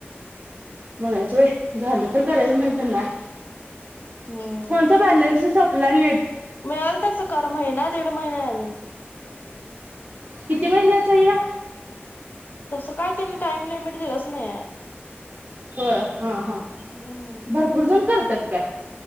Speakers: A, on the right; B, on the left.
A: बघायच झालं तर करायच नाहीतर नाही
B: हम्म
A: कोणता बॅलेन्स ल
B: मिळेल तसं कर महिना दीड महिना अजून
A: किती महिन्याचाय ह्य
B: तसं काय त्यांनी टाइम लिमिट दिलंच नाही आहे
A: हो हा हा
B: हम्म
A: भरपूर जण करत तक